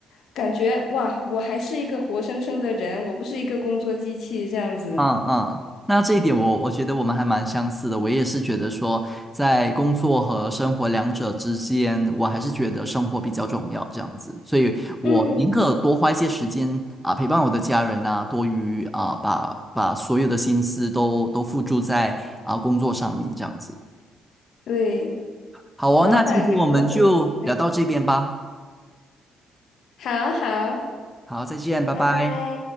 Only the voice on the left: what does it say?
感觉哇，我还是一个活生生的人，我不是一个工作机器这样子。
嗯，
对，
老板也不能会不会。
好啊好啊，
拜拜。